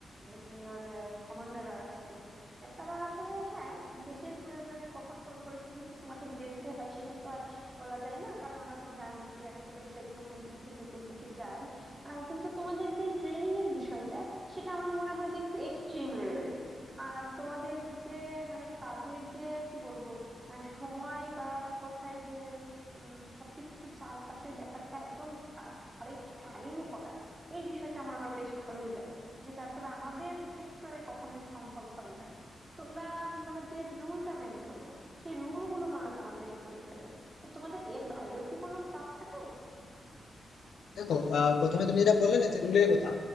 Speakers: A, on the right; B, on the left.
A: সিনিয়র কমান্ডার আছেন আহ, তারা আসলে হ্যাঁ দেশের প্রয়োজনে কখন কোন পরিস্থিতিতে তোমাদের যেতে হয় সেটা তো আর বলা যায় না কারণ আমরা তো জানি যে আসলে বিষয়গুলো কোন দিক থেকে কোন দিকে যায় আহ, কিন্তু তোমাদের যে ট্রেনিং এর বিষয়টা সেটা আমার মনে হয় যে একটু এক্সট্রিম লেভেলের আর তোমাদের যে মানে কাজের যে কি বলবো আহ, সময় বা এক কথায় যে উম, সবকিছু চারপাশের ব্যাপারটা একদম কারেক্ট টাইমে করা এই বিষয়টা আমার আবার বেশ ভালোই লাগে যেটা আসলে আমাদের সেক্টরে কখনোই সম্ভব হয় না তোমরা মানে যে রুলটা মেনে চলো সেই রুল গুলো মানাটা আমার বেশ ভালোই লাগে তো তোমাদের এর বাইরেও কি কোনো চাপ থাকে
B: দেখো আহ, প্রথমে তুমি যেটা বললে না যে রুলের কথা